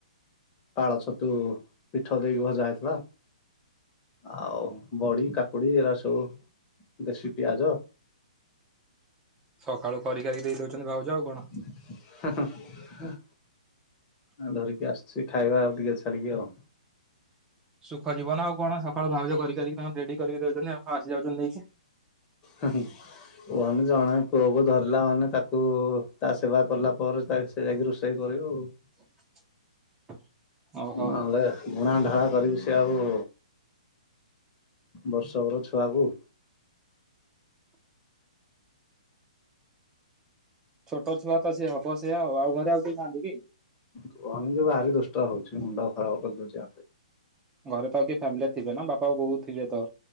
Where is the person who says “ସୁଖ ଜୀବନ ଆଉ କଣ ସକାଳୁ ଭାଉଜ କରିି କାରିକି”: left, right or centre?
Right